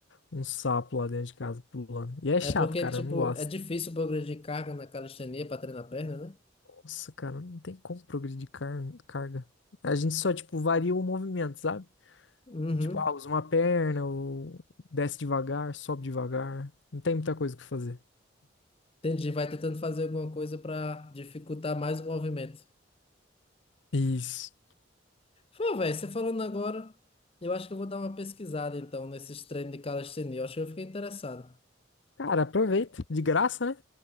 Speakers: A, on the left; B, on the left.
A: um sapo lá dentro de casa pulando. E é
B: É
A: chato,
B: porque,
A: cara,
B: tipo,
A: eu não gosto.
B: é difícil progredir carga na calistenia para treinar a perna, né?
A: Nossa, cara, não tem como progredir de car- carga. A gente só, tipo, varia o movimento, sabe?
B: Uhum.
A: Tipo, ah, usa uma perna, ou desce devagar, sobe devagar. Não tem muita coisa o que fazer.
B: Entendi. Vai tentando fazer alguma coisa para dificultar mais o movimento.
A: Isso.
B: Pô, velho, você falando agora, eu acho que eu vou dar uma pesquisada, então, nesses treinos de calistenia. Eu acho que eu fiquei interessado.
A: Cara, aproveita. De graça, né?